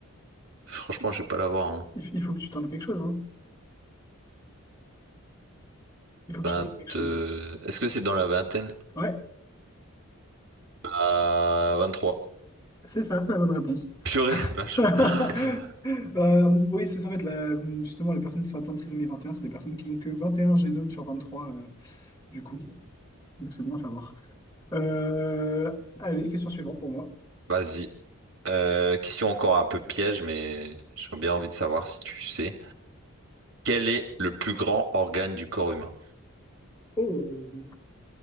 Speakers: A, on the right (about 65°); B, on the left (about 20°).
A: franchement, je vais pas l'avoir en
B: Il, il faut que tu tentes quelque chose, hein. Il faut que
A: 20.
B: tu tentes quelque chose.
A: euh, Est-ce que c'est dans la vingtaine?
B: Ouais,
A: À 23.
B: c'est ça, c'est la bonne réponse.
A: Purée, <laughs> là, je-
B: <laughs>
A: <gasps>
B: Euh, oui, c'est ça, en fait, la- justement, les personnes qui sont atteintes de trisomie 21 c'est des personnes qui n'ont que 21 génomes sur vingt trois. du coup. Donc c'est bon à savoir. Euh, allez, question suivante pour moi.
A: Vas-y. Euh, question encore un peu piège, mais j'ai bien envie de savoir si tu sais. Quel est le plus grand organe du corps humain?
B: Oh.